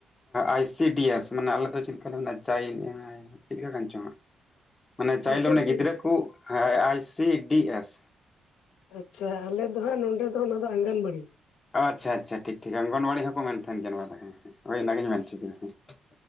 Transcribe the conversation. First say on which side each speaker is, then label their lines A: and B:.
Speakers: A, on the left; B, on the left.
A: ᱟᱭ ᱥᱤ ᱰᱤ ᱮᱥ, ᱢᱟᱱᱮ ᱟᱞᱮ ᱫᱚ ᱪᱮᱫ ᱞᱮᱠᱟᱞᱮ ᱢᱮᱱᱟᱜ ᱪᱮᱫ ᱞᱮᱠᱟ ᱪᱚᱝᱼᱟ? ᱢᱟᱱᱮ ᱪᱟᱭᱞᱮ
B: ᱟᱭ ᱥᱮ
A: ᱢᱟᱱᱮ
B: ᱵᱮᱥ
A: ᱜᱤᱫᱽᱨᱟᱹ ᱠᱚ ᱟᱭ ᱥᱤ ᱰᱤ ᱮᱥ
B: ᱟᱪᱪᱷᱟ, ᱟᱞᱮ ᱫᱚ ᱦᱟᱸᱜ ᱱᱚᱰᱮ ᱫᱚ ᱚᱱᱟ ᱫᱚ ᱟᱸᱜᱚᱱ ᱵᱟᱲᱤ᱾
A: ᱟᱪᱪᱷᱟ ᱟᱪᱪᱷᱟ ᱴᱷᱤᱠ ᱴᱤᱠ ᱚᱝᱜᱚᱱᱣᱟᱲᱤ ᱦᱚᱸᱠᱚ ᱢᱮᱱ ᱛᱟᱦᱮᱱ ᱜᱮᱭᱟ᱾ ᱱᱚᱣᱟ ᱦᱮᱸ ᱳ ᱚᱱᱟᱜᱤᱧ ᱢᱮᱱ ᱴᱷᱤᱠ ᱠᱮᱫᱼᱟ᱾